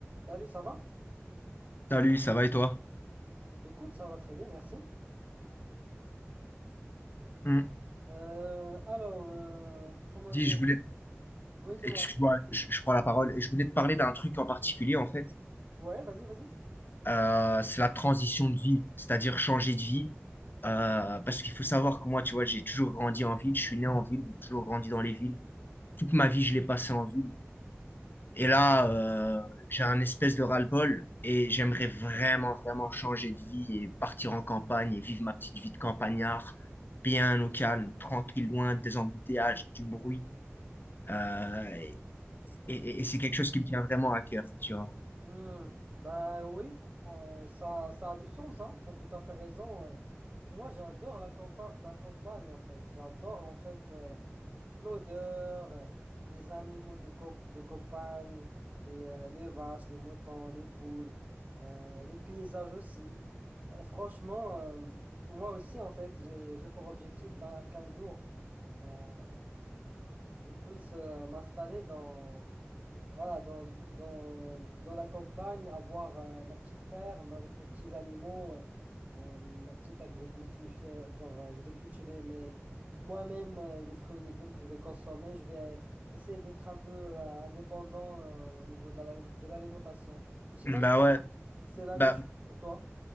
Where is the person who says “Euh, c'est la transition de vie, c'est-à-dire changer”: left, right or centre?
Left